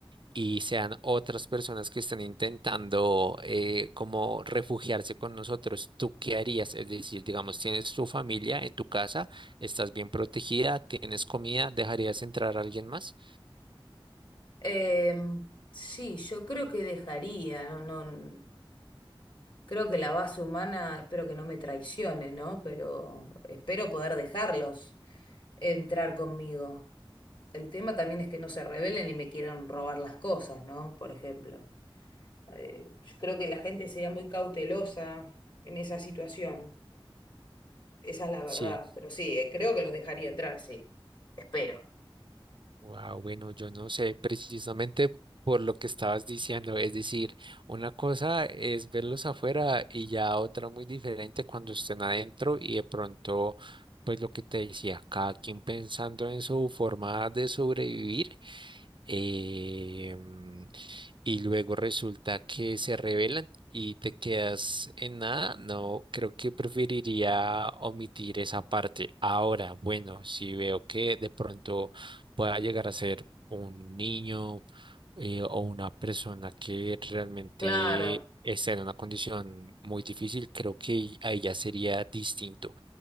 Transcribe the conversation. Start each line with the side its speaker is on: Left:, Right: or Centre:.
Right: y sean otras personas que están intentando eh, como refugiarse con nosotros, ¿tú qué harías? Es decir, digamos, tienes tu familia en tu casa, estás bien protegida, tienes comida, ¿dejarías entrar a alguien más?
Left: Em, sí, yo creo que dejaría, no, no. Creo que la base humana, espero que no me traicione, ¿no? Pero espero poder dejarlos entrar conmigo. El tema también es que no se rebelen y me quieran robar las cosas, ¿no? Por ejemplo. Eh, yo creo que la gente sería muy cautelosa en esa situación. Esa es la verdad.
Right: Sí,
Left: Pero sí, eh, creo que los dejaría entrar, sí. Espero.
Right: wow, bueno, yo no sé precisamente por lo que estabas diciendo, es decir, una cosa es verlos afuera y ya otra muy diferente cuando estén adentro y de pronto, pues lo que te decía, cada quien pensando en su forma de sobrevivir. eh, mm, y luego resulta que se revelan y te quedas en nada, no, creo que preferiría omitir esa parte. Ahora, bueno, si veo que de pronto pueda llegar a ser un niño eh, o una persona que realmente
Left: Claro,
Right: está en una condición muy difícil, creo que ahí ya sería distinto